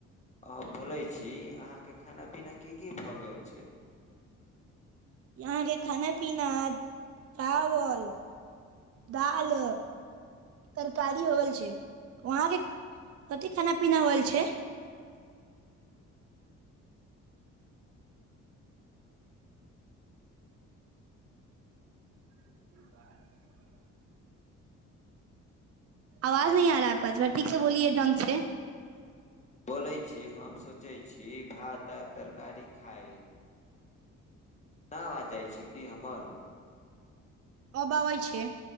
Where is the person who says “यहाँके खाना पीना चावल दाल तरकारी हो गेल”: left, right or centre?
Right